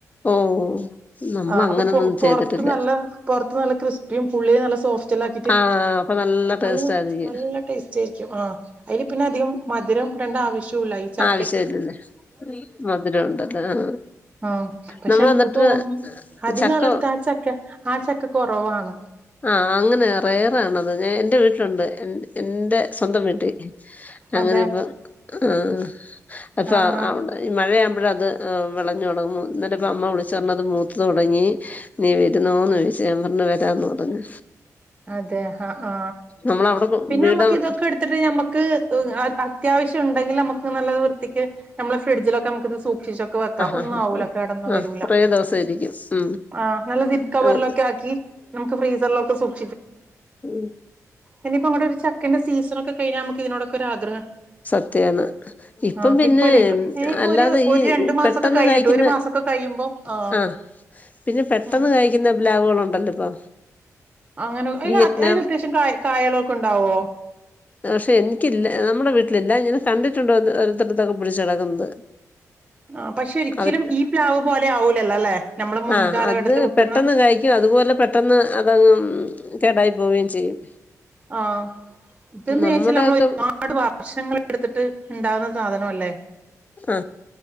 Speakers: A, on the left (about 25°); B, on the right (about 20°).
A: ഓ നമ്മള്
B: ആ
A: അങ്ങനൊന്നും
B: അപ്പൊ
A: ചെയ്തിട്ടില്ല
B: പൊറത്ത് നല്ല പൊറത്ത് നല്ല ക്രിസ്പിയും ഉള്ളില് നല്ല സോഫ്റ്റല്ല ആക്കിട്ട്
A: ആഹ് അപ്പൊ ടേസ്റ്റ്
B: നല്ല
A: ആയിരിക്കും
B: നല്ല ടേസ്റ്റായിരിക്കും ആഹ് അതിൽ പിന്നെ അധികം മധുരം ഇടണ്ട ആവശ്യോല്ല ഈ ചക്ക
A: ആവശ്യലാല്ലോ മധുരം ഉണ്ടല്ല ആ
B: ആ പക്ഷെ
A: നമ്മൾ
B: എനക്ക്
A: എന്നിട്ട്
B: തോന്നുന്നു അധിക
A: ചക്ക
B: ആളെടുത്ത് ആ ചക്ക ആ ചക്ക കുറവാണ്
A: ആ അങ്ങനെ റേറാണത് ഞാ എൻറെ വീട്ടിലുണ്ട് എന്റെ എന്റെ സ്വന്തം വീട്ടിൽ അങ്ങനെ
B: അതെ
A: ഇപ്പം ആ അപ്പവിടെ
B: ആ ആ
A: മഴയാവുമ്പോ അഴത് വെളഞ്ഞു തൊടങ്ങും ന്നിട്ടപ്പം അമ്മ വിളിച്ച് പറഞ്ഞ് അത് മൂത്തോടങ്ങി നീ വരുന്നോന്ന് ചോദിച്ചു ഞാൻ പറഞ്ഞ് വരന്നറഞ്ഞു
B: അതെ ആഹ് ആ
A: നമ്മളവിടെ
B: പിന്നെ
A: വീട്
B: നമ്മക്ക്
A: ആഹ്
B: ഇതൊക്കെ എടുത്തിട്ട് നമ്മക്ക് അത്യാവശ്യണ്ടെങ്കി നമക്ക് നല്ല വൃത്തിക്ക് നമ്മള് ഫ്രിഡ്ജിലക്കെ നമ്മക്ക് സൂഷിച്ച് സൂഷിച്ച് വെക്കാ ഒന്നാവൂല
A: ആഹ് ആഹ്
B: കേടൊന്നും
A: ആഹ്
B: വരൂല
A: കുറേ ദിവസം ഇരിക്കും ഉം
B: ആഹ് നല്ല സിപ് കവറിലൊക്കെക്കാ
A: ഉം
B: ക്കി നമ്മക്ക് ഫ്രീസറിലൊക്കെ സൂഷ് <unintelligible>
A: ഉം
B: ഇനിയിപ്പോ അങ്ങോട്ട് ഒരു ചക്കന്റെ സീസനൊക്കെ കഴിഞ്ഞാ നമുക്ക് ഇതിനോടൊക്കെ ആഗ്ര
A: സത്യാണ് ഇപ്പം
B: ആഹ്
A: പിന്നെ
B: ഇപ്പല്ലേ ഇപ്പ ഇനിയിപ്പോ
A: അല്ലാതെ
B: ഒരു ഒരു
A: ഈ
B: രണ്ടു മാസമൊക്കെ
A: പെട്ടെന്ന്
B: കഴിഞ്ഞിട്ട്
A: കഴിക്കുന്ന
B: ഒരു മാസമൊക്കെ കഴിയുമ്പോ ആഹ്
A: ആ പിന്നെ പെട്ടെന്ന്
B: ഉം
A: കായ്ക്കുന്ന പ്ലാവുകളുണ്ടല്ലോ ഇപ്പൊ
B: അങ്ങനെ അ അതിൽ
A: വിയറ്റ്നാം
B: അത്യാവശ്യം കായ് കായാളൊക്കെ ണ്ടാവോ
A: പക്ഷെ എനിക്കില്ല നമ്മുടെ വീട്ടിലില്ല ഞാൻ കണ്ടിട്ടുണ്ട് ഒത്തരത്തൊക്കെ പിടിച്ച് കടക്കുന്നത്
B: ആഹ് പക്ഷെ ഒരിക്കലും
A: അത്
B: ഈ പ്ലാവ് പോലെ ആവൂലല്ലോ അല്ലെ നമ്മള് മുൻകാലഘട്ടത്തിൽ
A: ആ അത്
B: വെക്കുന്ന
A: പെട്ടെന്ന് കായ്ക്കും അതുപോലെ പെട്ടെന്ന് അതങ് കേടായി പോവേം ചെയ്യും
B: ആഹ് <unintelligible>
A: നമ്മുടെ
B: നമ്മൾ
A: ഒക്കെ
B: ഒരുപാട് വർഷങ്ങളൊ എടുത്തിട്ട് ണ്ടാവുന്ന സാധനം അല്ലേ
A: ആ